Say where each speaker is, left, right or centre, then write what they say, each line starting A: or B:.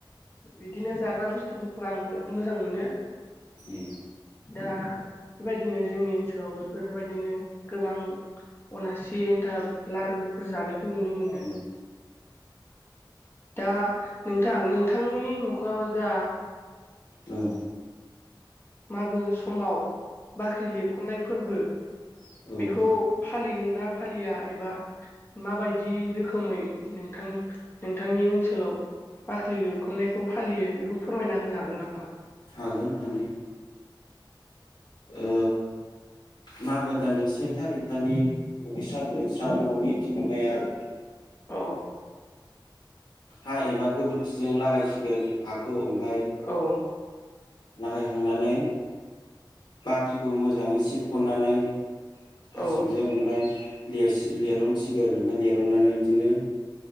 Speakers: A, on the left; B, on the left.
A: बिदिनो जाग्रा बुस्थुफोरखौ आं मोजां मोनो।
B: ए।
A: दा बेबादिनो जोंनि ओनसोलाव बेफोरबायदिनो गोबां अनासि एन्थाब लारुफोर जानायखौ नुनो मोनो।
B: औ
A: दा नोंथां नोंथांनि न'खराव दा
B: औ।
A: मागो समाव बाख्रि लिरख'नाय फोरबो
B: औ
A: बेखौ फालिगोन नना फालिया एबा माबायदि रोखोमै नोंथां नोंथांनि ओनसोलाव बाख्रि लिरख'नायखौ फालियो बेखौ फोरमायना होनो हागोन नामा?
B: हागोन हानाया। ओ मागो दाननि से थारिखखालि दुगैस्राब लोबस्राब न'नि बिगोमाया <inaudible>
A: औ
B: हा एबा गोबोरखिजों लागायसिगोन हाखौ ओमफाय
A: औ
B: लागायखांनानै बाख्रिखौ मोजाङै सिबखन्नानै हासिबजों
A: औ
B: ओमफाय लिरहनसिगोन आरो ओमफ्राय लिरहनानै इदिनो